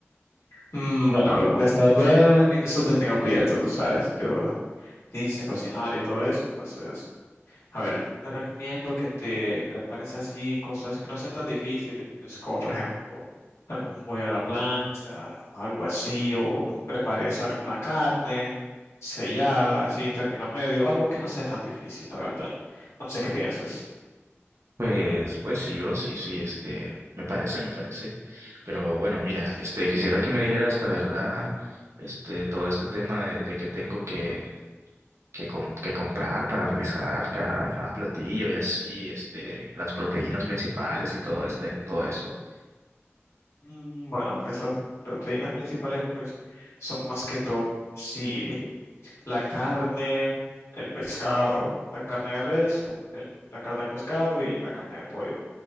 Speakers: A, on the left; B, on the right.
A: Mm, bueno, bro, pues la verdad, en eso te tengo cubierto, tú sabes. Yo hice cocinar y todo eso, entonces A ver, te recomiendo que te prepares así cosas que no sean tan difíciles, como por ejemplo algún pollo a la plancha, algo así, o prepares alguna carne sellada, así, término medio, algo que no sea tan difícil, la verdad. No sé qué piensas.
B: Pues, pues sí, bro, sí, sí, este, me parece, me parece. Pero bueno, mira, este, quisiera que me dijeras la verdad, este, todo este tema de, de que tengo que, que, com- que comprar para realizar cada, cada platillo y así, este, las proteínas principales y todo este, todo eso.
A: Mm, Bueno, pues las proteínas principales pues son más que todo, sí, la carne, el pescado, la carne de res, el- la carne de pescado y la carne de pollo.